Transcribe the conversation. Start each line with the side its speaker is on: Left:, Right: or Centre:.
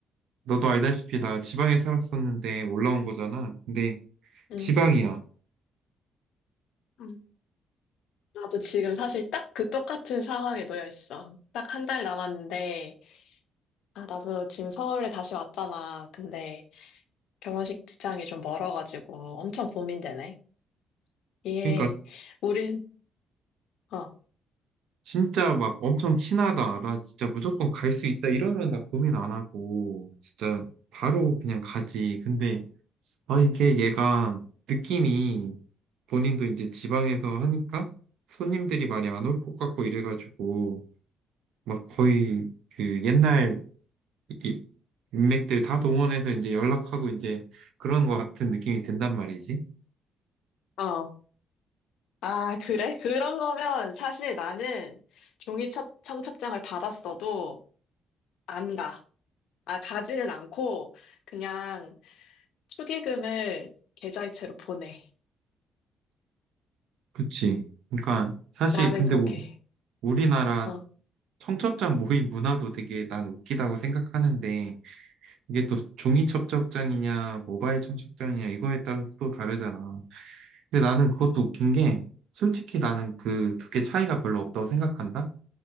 Right: 너도 알다시피 나 지방에 살았었는데 올라온 거잖아. 근데
Left: 응.
Right: 지방이야.
Left: 응. 나도 지금 사실 딱 그 똑같은 상황에 놓여 있어. 딱 한 달 남았는데, 아, 나도 지금 서울에 다시 왔잖아. 근데 결혼식장이 좀 멀어가지고 엄청 고민되네. 예.
Right: 그러니까
Left: 우린, 어,
Right: 진짜 막 엄청 친하다. 나 진짜 무조건 갈 수 있다. 이러면 나 고민 안 하고, 진짜 바로 그냥 가지. 근데, 아, 이게 얘가 느낌이 본인도 이제 지방에서 하니까 손님들이 많이 안 올 것 같고 이래가지고, 막 거의 그 옛날 이- 인맥들 다 동원해서 이제 연락하고 이제 그런 것 같은 느낌이 든단 말이지.
Left: 어. 아, 그래? 그런 거면 사실 나는 종이 첩- 청첩장을 받았어도 안 가. 아, 가지는 않고 그냥 축의금을 계좌이체로 보내.
Right: 그치. 그러니까 사실
Left: 나는
Right: 근데
Left: 그렇게
Right: 우,
Left: 해.
Right: 리나라
Left: 어,
Right: 청첩장 모임 문화도 되게 난 웃기다고 생각하는데 이게 또 종이 청첩장이냐 모바일 청첩장이냐 이거에 따라서 또 다르잖아. 근데 나는 그것도 웃긴 게 솔직히 나는 그 두 개 차이가 별로 없다고 생각한다.